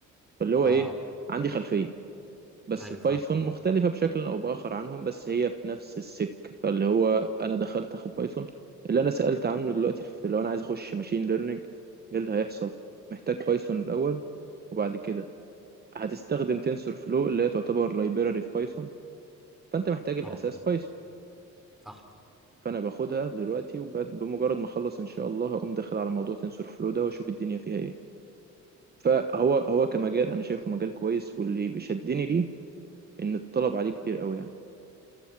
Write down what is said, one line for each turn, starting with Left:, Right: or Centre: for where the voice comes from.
Right: فاللي هو
Centre: اه
Right: ايه عندي خلفيه بس
Centre: ايوه
Right: البايثون
Centre: فاهم
Right: مختلفه بشكل او باخر عنهم بس هي في نفس السك فاللي هو انا دخلت اخد بايثون اللي انا سالت عنه دلوقتي في لو انا عايز اخش ماشين ليرنينج ايه اللي هيحصل محتاج بايثون الاول وبعد كده هتستخدم تنسور فلو اللي هي تعتبر لايبراري في بايثون فانت محتاج الاساس
Centre: طبعا
Right: بايثون
Centre: صح
Right: فانا باخدها دلوقتي وبمجرد ما اخلص ان شاء الله هقوم داخل على موضوع تنسور فلو ده واشوف الدنيا فيها ايه فهو هو كمجال انا شايفه مجال كويس واللي بيشدني ليه ان الطلب عليه كبير قوي يعني